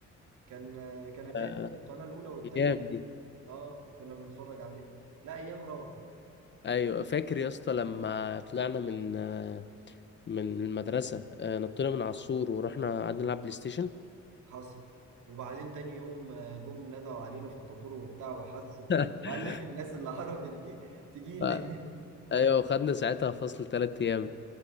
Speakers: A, on the right; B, on the left.
A: كان آه، كانت
B: آه،
A: هي كده القناة الاولى والتانية
B: ايام دي
A: اه كنا بنتفرج عليه لا ايام روعة يعني
B: ايوه فاكر يا اسطى لما طلعنا من آه، من المدرسة آه، نطينا من على السور ورحنا قعدنا نلعب بلاي ستيشن
A: حصل وبعدين تاني يوم آه، جم ندعوا علينا في الطابور وبتاع وحسوا
B: <laughs>
A: وقال لك الناس اللي هربت دي تجيلي
B: ف- ايوه خدنا ساعتها فصل ثلاث ايام